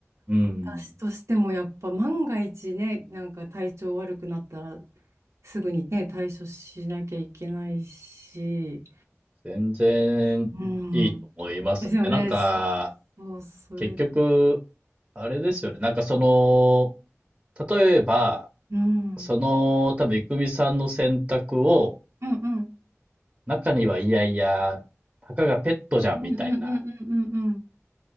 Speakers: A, on the right (about 25°); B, on the right (about 70°).
A: うん。
B: 私としてもやっぱ万が一ね、なんか体調悪くなったらすぐにね、対処しなきゃいけないし、
A: 全然いいと思いますね。
B: うん。ですよね。
A: なんか、
B: そう、それ、
A: 結局、あれですよね。なんかその、例えば、
B: うん。うん
A: その、多分、いくみさんの選択を、
B: うん。
A: 中にはいやいや、たかがペットじゃんみたいな、
B: うんうんうんうんうんうん。